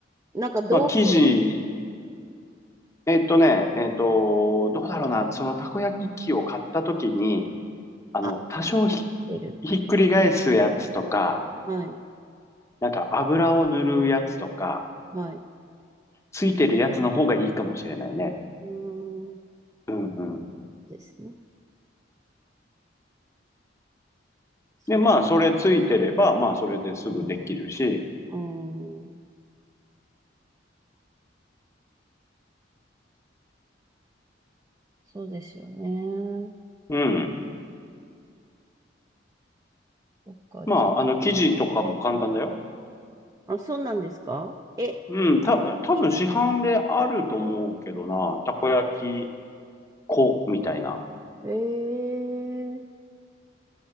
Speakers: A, on the right; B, on the left.
A: なんか道具は、
B: まあ、生地、えっとね、えっと、どうだろうな、そのたこ焼き器を買った時に、あの、
A: あ、
B: 多少ひ、
A: 入ってる。
B: ひっくり返すやつとか、
A: はい。
B: なんか油を塗るやつとか、
A: はい。
B: ついてるやつの方がいいかもしれないね。
A: うーん。
B: うんうん。
A: ですね。そっ
B: で、まあ、それついてれば、まあ、それですぐできるし、
A: か。そうですよね。
B: うん。
A: そっか。
B: まあ、
A: じ
B: あの、生地とかも簡単だよ。
A: ゃあ、そうなんですかえ、
B: うん、た、多分市販であると思うけどな、
A: みんな
B: たこ焼き粉みたいな。
A: えー、